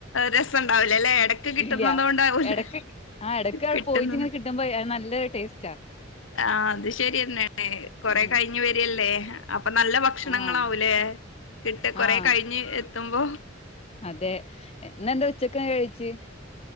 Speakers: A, on the left; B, on the left.
A: രസണ്ടാവൂല അല്ലേ ഇടക്ക് കിട്ടുന്നത്
B: ഇല്ല
A: കൊണ്ടാവൂലേ
B: എടക്ക് ആഹ് എടക്ക് അവിടെ
A: കിട്ടുന്ന
B: പോയിട്ട് ഇങ്ങനെ കിട്ടുമ്പോ നല്ലൊരു ടേസ്റ്റാ
A: ആ അത് ശരിയന്നെല്ലേ കൊറെ
B: ഉം
A: കഴിഞ്ഞ് വരിയല്ലേ അപ്പൊ നല്ല ഭക്ഷണങ്ങളാവൂലേ
B: ആഹ്
A: കിട്ട കൊറെ
B: ആഹ്
A: കഴിഞ്ഞ് എത്തുമ്പോ
B: അതെ ഇന്ന് എന്താ ഉച്ചക്ക് കഴിച്ച്